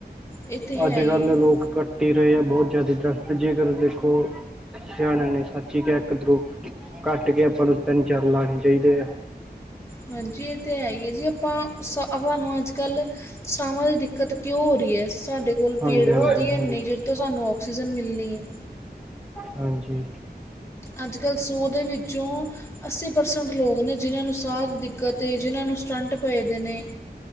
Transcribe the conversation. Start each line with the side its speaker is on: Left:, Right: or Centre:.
Left: ਇਹ ਤੇ ਹੈ
Centre: ਅੱਜ-ਕੱਲ੍ਹ
Left: ਹੀ
Centre: ਦੇ
Left: ਹੈ
Centre: ਲੋਕ ਕੱਟ ਕਟੀ ਰਹੇ ਆ ਬਹੁਤ ਜ਼ਿਆਦਾ ਦਰਖਤ ਜੇਕਰ ਦੇਖੋ ਸਿਆਨੇ ਆਂ ਨੇ ਸੱਚ ਹੀ ਕਿਹਾ ਹੈ ਦਰੁੱਖ, ਘੱਟ ਕੇ ਆਪਾਂ ਨੂੰ ਤਿੰਨ -ਚਰ ਲਾਉਣੇ ਚਾਹੀਦੇ ਆ
Left: ਹਾਂਜੀ, ਇਹ ਤਾਂ ਹੈ ਹੀ ਹੈ ਜੀ। ਆਪਾਂ ਸ ਸਹਾਨੂੰ ਅੱਜ-ਕੱਲ੍ਹ ਸਵਾਂ ਦੀ ਦਿੱਕਤ ਕਿਉਂ ਹੋ ਰਹੀ ਹੈ ਸਾਡੇ ਕੋਲ
Centre: ਹਾਂਜੀ
Left: ਪੇੜ-ਪੌਧੇ
Centre: ਹਾਂਜੀ
Left: ਹੀ ਨੀ ਹੈਨੇ
Centre: ਹਾਂਜੀ
Left: ਜੋ- ਜਿਸ ਤੋਂ ਸਾਨੂੰ ਆਕਸੀਜਨ ਮਿਲਣੀ
Centre: ਹਾਂਜੀ
Left: ਅੱਜ-ਕੱਲ੍ਹ ਸੌ ਦੇ ਵਿੱਚੋਂ ਅੱਸੀ ਪਰਸੈਂਟ ਲੋਕ ਨੇ ਜਿਹਨਾਂ ਨੂੰ ਸਾਹ ਦੀ ਦਿੱਕਤ ਏ, ਜਿਹਨਾਂ ਨੂੰ ਸਟੰਟ ਪਏਦੇ ਨੇ